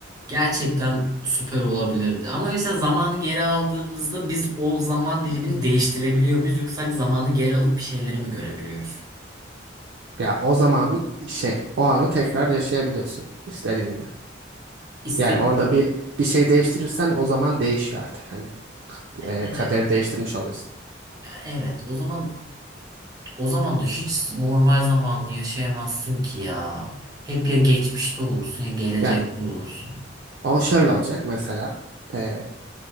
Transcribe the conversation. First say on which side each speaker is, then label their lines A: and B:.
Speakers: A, on the right; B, on the right.
A: Gerçekten süper olabilirdi. Ama mesela zamanı geri aldığımızda biz o zaman dilimini değiştirebiliyor muyuz? Yoksa sadece zamanı geri alıp bir şeyleri mi görebiliyoruz?
B: Ya o zaman şey o anı tekrar yaşayabiliyorsun istediğin gibi.
A: İstediğim...
B: Yani orada bir bir şey değiştirirsen o zaman değişiyor artık hani. Ee,
A: E,
B: kaderi değiştirmiş oluyorsun.
A: evet o zaman O zaman da hiç normal zamanlı yaşayamazsın ki ya. Hep ya geçmişte olursun ya gelecekte
B: Ya
A: olursun.
B: o şöyle olacak mesela. Ee,